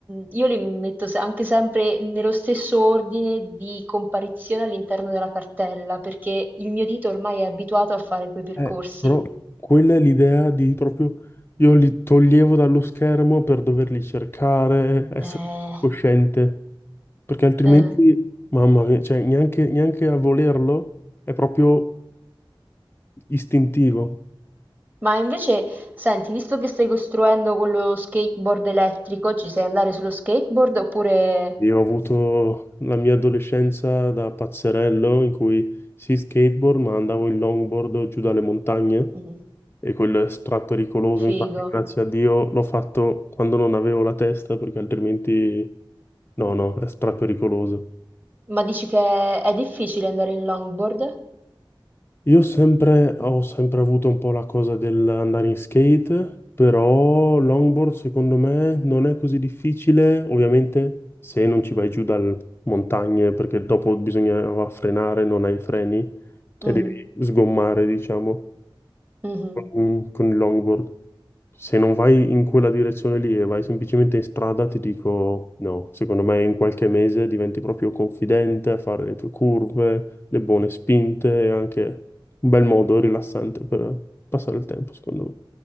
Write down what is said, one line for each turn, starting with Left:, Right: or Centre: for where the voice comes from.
Right: io le metto se- anche sempre nello stesso ordine di comparizione all'interno della cartella, perché il mio dito ormai è abituato a fare quei percorsi.
Left: Eh, però quella è l'idea di proprio io li toglievo dallo schermo per doverli cercare, essere
Right: Eh,
Left: cosciente, perché altrimenti,
Right: eh.
Left: mamma mia, cioè, neanche, neanche a volerlo è proprio istintivo.
Right: Ma invece, senti, visto che stai costruendo quello skateboard elettrico, ci sai andare sullo skateboard oppure...
Left: Io ho avuto la mia adolescenza da pazzerello in cui sì skateboard, ma andavo in longboard giù dalle montagne
Right: Mm,
Left: e quello è strappericoloso.
Right: Figo.
Left: Infatti, grazie a Dio l'ho fatto quando non avevo la testa, perché altrimenti no, no, è strappericoloso.
Right: Ma dici che è difficile andare in longboard?
Left: Io sempre, ho sempre avuto un po' la cosa dell'andare in skate, però longboard secondo me non è così difficile, ovviamente se non ci vai giù dalle montagne, perché dopo bisogna frenare, non hai i freni e
Right: Mm.
Left: devi sgommare, diciamo
Right: Mh-mh.
Left: con con il longboard. Se non vai in quella direzione lì e vai semplicemente in strada, ti dico no. Secondo me in qualche mese diventi proprio confidente a fare le tue curve, le buone spinte e anche un bel modo rilassante per passare il tempo, secondo me.